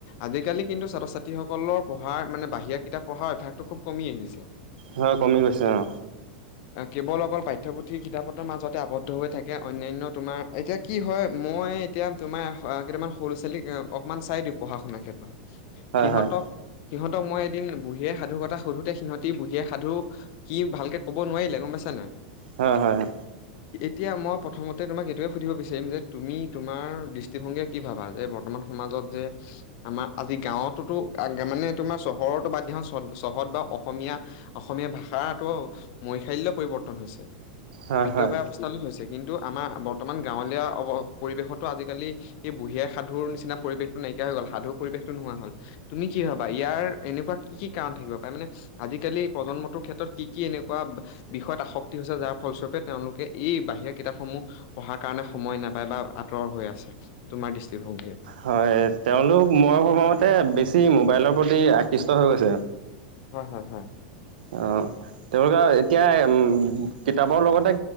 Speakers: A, on the left; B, on the right.
A: আজিকালি কিন্তু ছাত্ৰ ছাত্ৰীসকলৰ পঢ়াৰ, মানে বাহিৰা কিতাপ পঢ়াৰ অভ্যাসটো খুব কমি আহিছে।
B: হয় কমি গৈছে অ'।
A: কেৱল অকল পাঠ্যপুথিৰ কিতাপত মাজতে আৱদ্ধ হৈ থাকে অন্যনয় তোমাৰ এতিয়া কি হয় মই এতিয়া তোমাৰ কেইটামান সৰু ল'ৰা ছোৱালীক অকনমান চাই দিওঁ পঢ়া শুনাৰ ক্ষেত্ৰত সিহঁতক
B: হয়
A: সিহঁতক মই এদিন বুঢীয়ে সাধু কথা সুধোতে সিহঁতি বুঢীয়ে সাধু কি ভালকে ক'ব নোৱাৰিলে গম পাইছ নাই
B: হয় হয়
A: এতিয়া মই প্ৰথমতে তোমাক এইটোৱে সুধিব বিচাৰিম যে তুমি তোমাৰ দৃষ্টিভংগীয়ে কি ভাবা যে বৰ্তমান সমাজত যে আমাৰ আজি গাঁৱতোতো মানে তোমাৰ চহৰতো বাদ দো চহৰত বা অসম অসমীয়া অসমীয়া ভাষাটো মৈশাল্য পৰিৱৰ্তন হৈছে
B: হয়
A: মৃতপায়
B: হয়
A: অৱস্থালৈ হৈছে কিন্তু আমাৰ বৰ্তমান গাঁৱলীয়া অৱ পৰিৱেশতো আজিকালি স বুঢ়িয়াই সাধুৰ নিচিনা পৰিৱেশতো নাই হৈ গল সাধু পৰিৱেশটোো নোহোৱা হল তুমি কি হবা ইয়াৰ এনেকুৱা কি কাৰণ থাকিব পাৰে মানে আজালি প্ৰজন্মৰ ক্ষ্ৰত কি এনেুৱা বিষয়ত আসক্তি হৈছে যাৰ ফলস্বৰূপে তেওঁলোকে এই বাহিৰা কিতাপসমূহ পঢ়াৰ কাৰণে সময় নাই নাপায় বা আঁতৰ হৈ আছে তোমাৰ দৃষ্টিভংগীয়ে
B: হয় তেওঁলোক মই ভবাামতে বেছি মোবাইলৰ প্ৰতি আকৃষ্ট হৈ গৈছে
A: হয় হয় হয়
B: অ'। তেওঁলোকে এতিয়া উম কিতাপৰ লগতে